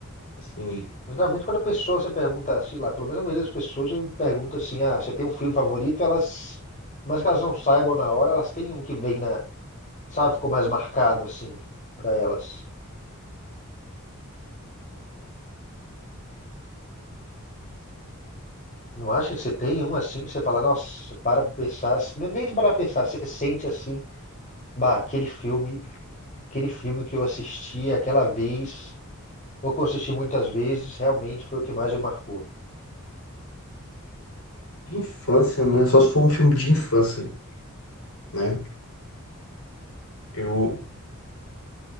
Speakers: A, on the left; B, on the left.
A: Assim,
B: Mas geralmente quando a pessoa você pergunta, sei lá, pelo menos a maioria das pessoas eu pergunto assim, ah, você tem um filme favorito, elas. Mas que elas não saibam na hora, elas têm um que vem na. Sabe, ficou mais marcado assim, pra elas. Não acha que você tem um assim que você fala, nossa, você para pra pensar, assim, nem nem de parar pra pensar, você sente assim, bah, aquele filme. Aquele filme que eu assisti aquela vez, ou que eu assisti muitas vezes, realmente foi o que mais me marcou.
A: de infância, né? Só se for um filme de infância, né? Eu,